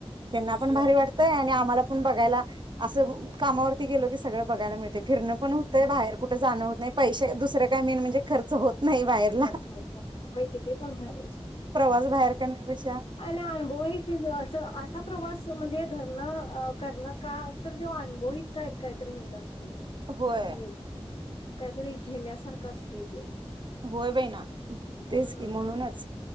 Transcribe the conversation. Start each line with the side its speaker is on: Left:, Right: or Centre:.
Right: त्यांना पण
Left: होय.
Right: भारी वाटतंय आणि आम्हाला बघायला असं कामावरती गेलो की सगळं बघायला मिळत ते फिरण पण होतंय बाहेर कुठ जाणं होत नाही. पैशे दुसर काय मेन म्हणजे खर्च होत नाही बाहेरला
Left: करत होतो होय कि ते पण भारी आहे
Right: प्रवास बाहेर करण्यापेक्षा
Left: <inaudible> अ अनुभव आहे की ग असा प्रवास म्हणजे धरण अ करण का तर जेव्हा अनुभव ही काहीतरी हेज अस ते ग
Right: होय
Left: मेन काहीतरी घेण्यासारखं असतंय ते.
Right: होय बाई ना
Left: हम्म
Right: तेच की म्हणूनच